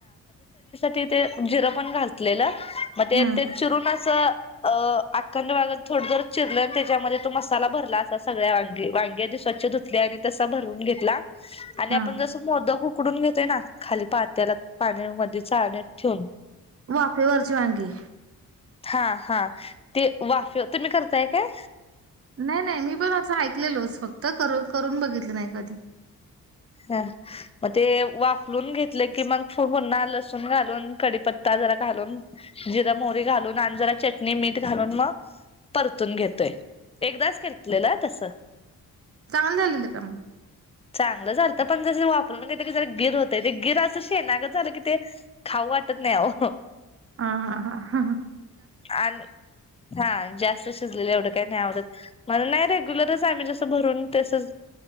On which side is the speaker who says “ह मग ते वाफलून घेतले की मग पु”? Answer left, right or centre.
Left